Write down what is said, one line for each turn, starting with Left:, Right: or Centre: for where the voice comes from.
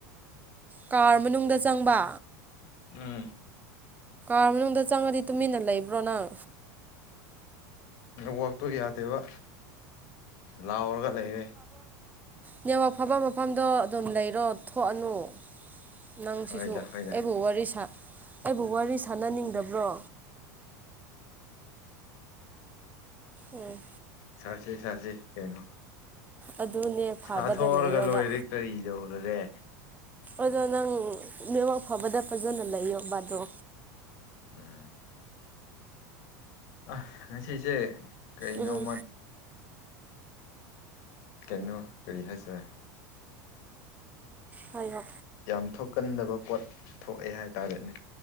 Right: ꯀꯥꯔ ꯃꯅꯨꯡꯗ ꯆꯪꯕ
Left: ꯎꯝ
Right: ꯔ ꯃꯅꯨꯡꯗ ꯆꯪꯉꯗꯤ ꯇꯨꯃꯤꯟꯅ ꯂꯩꯕ꯭ꯔꯣ ꯅꯪ
Left: ꯅꯋꯥꯛꯇꯨ ꯌꯥꯗꯦꯕ ꯂꯥꯎꯔꯒ ꯂꯩꯔꯦ
Right: ꯅꯦꯋꯥꯛ ꯐꯐꯝ ꯃꯐꯝꯗꯣ ꯑꯗꯨꯝ ꯂꯩꯔꯣ ꯊꯣꯛꯑꯅꯨ ꯅꯪ
Left: ꯍꯣꯏꯗ
Right: ꯁꯤꯁꯨ
Left: ꯍꯣꯏꯗ
Right: ꯑꯩꯕꯨ ꯑꯩꯕꯨ ꯋꯥꯔꯤ ꯁꯥꯟꯅꯅꯤꯡꯗꯕ꯭ꯔꯣ ꯎꯝ
Left: ꯁꯥꯁꯦ ꯁꯥꯁꯦ ꯀꯩꯅꯣ
Right: ꯑꯗꯨꯅꯦ ꯐꯕꯗ
Left: ꯁꯥꯊꯣꯛꯑꯔꯒ
Right: ꯂꯩꯌꯣꯕ
Left: ꯂꯣꯏꯔꯦ ꯀꯔꯤꯗꯧꯔꯒꯦ
Right: ꯑꯗꯣ ꯅꯪ ꯅꯦꯠꯋꯥꯛ ꯐꯕꯗ ꯐꯖꯅ ꯂꯩꯌꯣ ꯕꯥꯗꯣ
Left: ꯎꯝ ꯑ ꯉ ꯁꯤꯁꯦ ꯀꯩꯅꯣꯃ
Right: ꯎꯝ
Left: ꯀꯩꯅꯣ ꯀꯔꯤ ꯍꯥꯏꯁꯔꯦ
Right: ꯍꯥꯏꯌꯣ
Left: ꯌꯥꯝ ꯊꯣꯛꯀꯟꯗꯕ ꯄꯣꯠ ꯊꯣꯛꯑꯦ ꯍꯥꯏꯇꯥꯥꯔꯦꯅꯦ